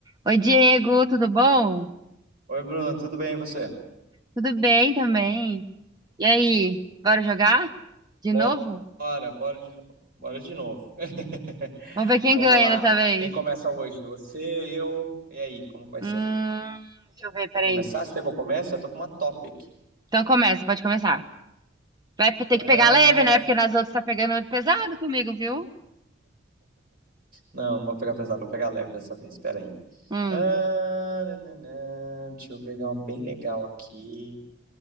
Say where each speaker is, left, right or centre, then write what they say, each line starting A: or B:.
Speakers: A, on the right; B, on the right.
A: Oi, Diego, tudo bom?
B: Oi, Bruno, tudo bem e você?
A: Tudo bem também. E aí, bora jogar? De
B: Bora,
A: novo?
B: bora de novo. Bora de novo. <laughs>
A: Vamos ver quem
B: Vamos
A: ganha
B: lá.
A: dessa vez.
B: Quem começa hoje? Você, eu. E aí, como vai
A: Hum,
B: ser?
A: deixa eu ver, peraí.
B: Quer começar? Se quer que eu comece? Já tô com uma top aqui.
A: Então começa, pode começar. Vai ter
B: Ah,
A: que pegar leve, né? Porque nas outras tá pegando pesado comigo, viu?
B: não, não vou pegar pesado, vou pegar leve dessa vez. Espera aí.
A: Hum,
B: Ah, nananã. Deixa eu pegar uma bem legal aqui.